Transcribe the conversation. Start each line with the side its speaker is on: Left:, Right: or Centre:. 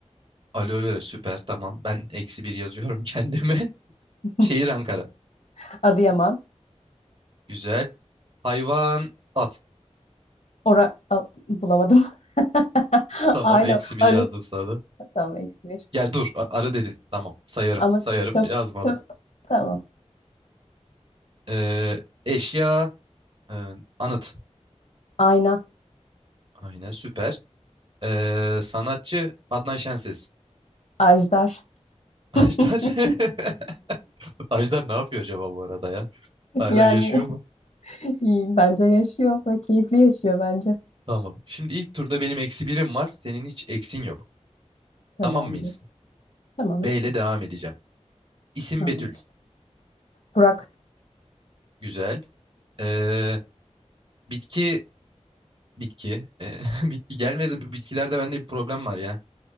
Right: Aloe vera süper tamam. Ben eksi bir yazıyorum kendime. <laughs>
Left: <laughs>
Right: Şehir Ankara.
Left: Adıyaman,
Right: Güzel. Hayvan at.
Left: Ora... A- bulamadım. <laughs>
Right: Tamam
Left: Alo,
Right: eksi bir
Left: arı.
Right: yazdım sana. da.
Left: Tamam, eksi bir.
Right: Ya dur a- arı dedin. Tamam sayarım
Left: Ama
Right: sayarım
Left: çok,
Right: yazmadım.
Left: çok, tamam.
Right: Ee, eşya e, anıt.
Left: Ayna,
Right: Aynen süper. Ee, sanatçı Adnan Şenses.
Left: Ajdar.
Right: <laughs> Ajdar.
Left: <laughs>
Right: <laughs> Ajdar ne yapıyor acaba bu arada ya? Hala
Left: Yani
Right: yaşıyor mu?
Left: iyi, bence yaşıyor ve keyifli yaşıyor bence.
Right: Tamam. Şimdi ilk turda benim eksi birim var. Senin hiç eksin yok.
Left: Tamamdır.
Right: Tamam mıyız?
Left: Tamamız.
Right: B ile devam edeceğim. İsim
Left: Tamam.
Right: Betül.
Left: Burak.
Right: Güzel. Ee, bitki. Bitki. Ee, <laughs> bitki gelmedi. Bu Bitkilerde bende bir problem var ya.